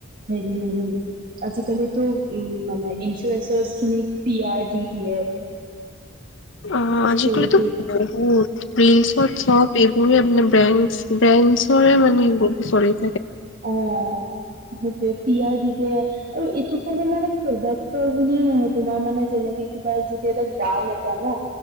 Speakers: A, on the right (about 45°); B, on the left (about 65°).
A: সেৰি আজিকালিতো উ মানে ইঞ্চুৰেঞ্চ খিনিক পি আৰ দি দিয়ে।
B: অ আজিকালিতো
A: পেইড
B: বহুত ৰিলচত চব এইবোৰ মানে। ব্ৰেচ ব্ৰেণ্ডৰে মানে চব সেইবোৰ।
A: অঁ সেইটোৱেই। পি আৰ দি দিয়ে আৰু এইটো খালে মানে প্ৰডাক্টৰ বুলিয়ে নহয় তোমাৰ মানে যেনেকে কিবা এটা গান এটা ন!